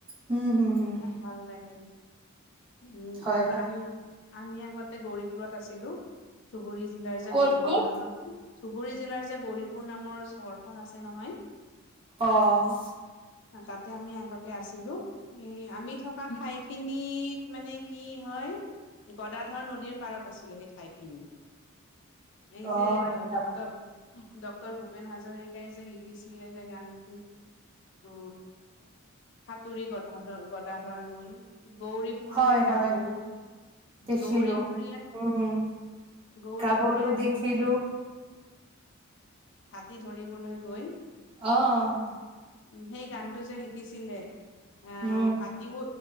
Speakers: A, on the right (about 25°); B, on the left (about 60°).
A: হুম, হুম, হুম।
B: ভাল লাগে, উম,
A: হয়,
B: আৰু
A: হয়।
B: আমি, আমি আগত তে, গৌৰীপুৰত আছিলোঁ, ধুবুৰী জিলাৰ যে
A: ক'ত
B: গৌৰীপুৰ
A: ক'ত?
B: নামৰ ধুবুৰী জিলাৰ যে গৌৰীপুৰ পুৰ নামৰ চহৰখন আছে নহয়।
A: অ',
B: তাতে আমি আগতে আছিলোঁ এই আমি থকা ঠাইখিনিত মানে কি হয়? গদাধৰ নদীৰ পাৰত আছিল সেই ঠাইখিনি এই
A: অ',
B: যে,
A: আচ্ছা
B: ডক্ট, ডক্টৰ ভূপেন হাজৰিকাই যে লিখিছিলে যে গানটো অ, সাতুৰি গদাধৰ গদা ধৰণই গৌৰী পুৰীয়া,
A: হয় হয়
B: গাভৰু
A: দেখিলো।
B: গৌৰী পুৰীয়া।
A: উম,
B: গৌৰীপুৰীয়াৰ
A: গাভৰু দেখিলো।
B: নত হাতী ধৰিবলৈ গৈ।
A: অ', অ'।
B: উ, সেই গানটো যে লিখিছিলে। আহ
A: উম।
B: হাতীও